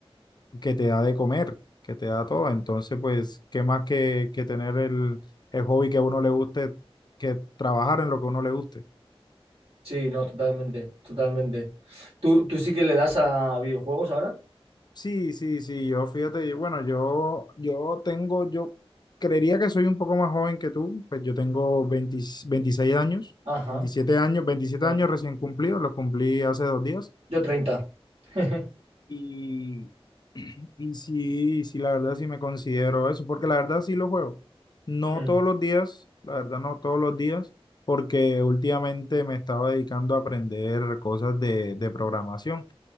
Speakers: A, on the left; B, on the right.
A: que te da de comer, que te da todo. Entonces, pues, ¿qué más que, que tener el, el hobby que a uno le guste, que trabajar en lo que a uno le guste?
B: Sí, no, totalmente, totalmente. ¿Tú, tú sí que le das a videojuegos ahora?
A: Sí, sí, sí, yo fíjate, y bueno, yo, yo tengo, yo creería que soy un poco más joven que tú, pues yo tengo 20 veintiséis años,
B: Ajá,
A: veintisiete años, veintisiete
B: bueno,
A: años recién cumplidos, los cumplí hace dos días.
B: yo treinta <laughs>
A: Y, <clears throat> y sí, sí, la verdad sí me considero eso, porque la verdad sí lo juego. No
B: Mm,
A: todos los días, la verdad no todos los días, porque últimamente me estaba dedicando a aprender cosas de, de programación.